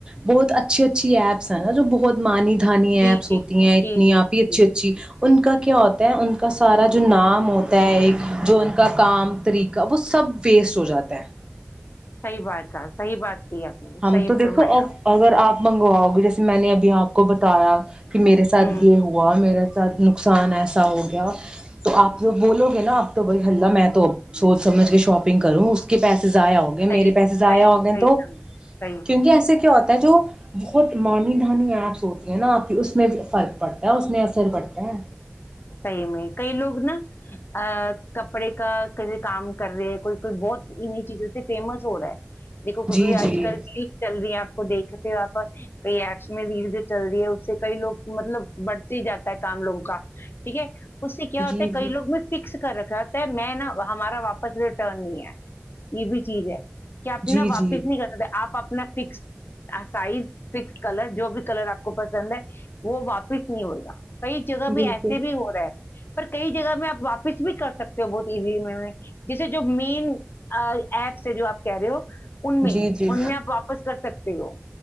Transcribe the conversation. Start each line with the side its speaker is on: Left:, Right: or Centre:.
Right: بہت اچھی اچھی ایپس ہے نا جو بہت مانی ایپس
Left: جی جی
Right: ہوتی ہیں اتنی
Left: جی جی جی
Right: آپ ہی اچھی اچھی
Left: جی
Right: ان کا کیا ہوتا ہے ان کا سارا جو نام ہوتا ہے ایک جو ان کا کام طریقہ وہ سب ویسٹ ہو جاتا ہے
Left: صحی بات کا صحی بات کی آپ نے
Right: ہم
Left: صحیح
Right: تو دیکھو
Left: فرمایا
Right: ا اگر آپ منگواؤ گے جیسے میں نے ابھی آپ کو بتایا کہ میرے ساتھ
Left: آپ ہوں
Right: یہ ہوا میرا نقصان ایسا ہو گیا تو آپ بولو گے نا آپ تو بائی ہلہ میں تو سوچ سمجھ کے شاپنگ کروں اس کے پیسے ضائع ہو گئے
Left: صحیح
Right: میرے پیسے ضائع
Left: صحیح
Right: ہو گئے
Left: صحیح
Right: تو
Left: کر صحیح
Right: کیونکہ
Left: سے
Right: ایسے کیا ہوتا ہے جو بہت مانی دھانی ایپس ہوتی ہیں نا آپ کی اس میں فرق پڑتا ہے اس میں اثر پڑتا ہے
Left: صحیح میں کئی لوگ نا ا کپڑے کا کے کام کر رہے کوئی کوئی بہت انہیں چیزوں سے فیمس ہو رہا ہے دیکھو کو
Right: جی
Left: کوئی آج
Right: جی
Left: کل ریل چل رہی ہیں کو دیکھتے ہو آپ کئی ایکس میں ریل جو چل رہی ہے اس سے کئی لوگ مطلب بڑھتے ہی جاتا ہے کام لوگوں کا ٹھیک ہے اس سے کیا ہوتا
Right: جی
Left: ہے
Right: جی
Left: کئی لگ میں فکس کر کہتا میں نا ہمارا واپس ریٹرن نہیں ہے یہ بھی چیز ہے کہ آنا
Right: جی
Left: واپس
Right: جی
Left: نہیں کر سکتے آپ اپنا فکس سائز فکس کلر جو بھی کلر آپ کو پسند ہے وہ واپس نہیں ہوگا کئی جگہ بھی
Right: بالکل
Left: ہے سے بھی ہو رہا ہے پر کئی جگہ میں آپ واپس بھی کر سکتے ہو بہت ایزی جیسے جو مین ایپس ہے جو آپ کہہ رہے ہو ان میں
Right: جی جی
Left: ان میں آپ واپس کر سکتے ہو